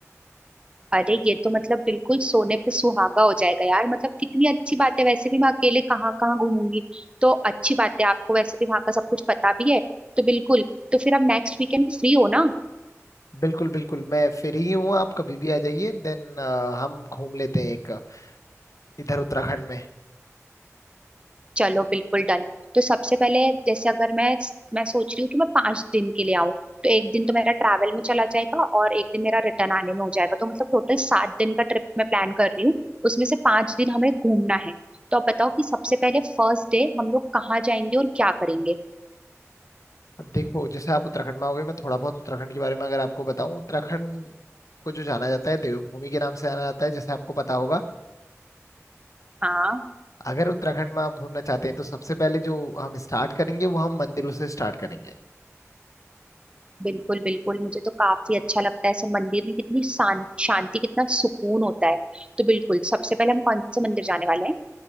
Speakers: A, on the right; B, on the left.
A: अरे ये तो मतलब बिल्कुल सोने पे सुहागा हो जाएगा यार मतलब कितनी अच्छी बात है वैसे भी मैं अकेले कहाँ कहाँ घूमूंगी तो अच्छी बात है आपको वैसे भी वहां का सब कुछ पता भी है तो बिल्कुल तो फिर आप नेक्स्ट वीकेंड फ्री हो ना
B: बिल्कुल बिल्कुल मैं फ्री ही हूँ आप कभी भी आ जाइए देन हम घूम लेते हैं एक अ, इधर उत्तराखंड में
A: चलो बिल्कुल डन तो सबसे पहले जैसे अगर मैं मैं सोच रही हूँ कि मैं पांच दिन के लिए आऊँ तो एक दिन तो मेरा ट्रैवल में चला जाएगा और एक दिन मेरा रिटर्न आने में हो जाएगा तो मतलब टोटल सात दिन का ट्रिप मैं प्लान कर रही हूँ उसमें से पांच दिन हमें घूमना है तो आप बताओ कि सबसे पहले फर्स्ट डे हम लोग कहाँ जाएंगे और क्या करेंगे
B: देखो जैसे आप उत्तराखंड में आओगे मैं थोड़ा बहुत उत्तराखंड के बारे में अगर आपको बताऊं उत्तराखंड को जो जाना जाता है देवभूमि के नाम से जाना जाता है जैसे आपको पता होगा
A: हाँ
B: अगर उत्तराखंड में आप घूमना चाहते हैं तो सबसे पहले जो हम स्टार्ट करेंगे वो हम मंदिरों से स्टार्ट करेंगे
A: बिल्कुल बिल्कुल मुझे तो काफी अच्छा लगता है ऐसे मंदिर में कितनी शां, शांति कितना सुकून होता है तो बिल्कुल सबसे पहले हम कौन से मंदिर जाने वाले हैं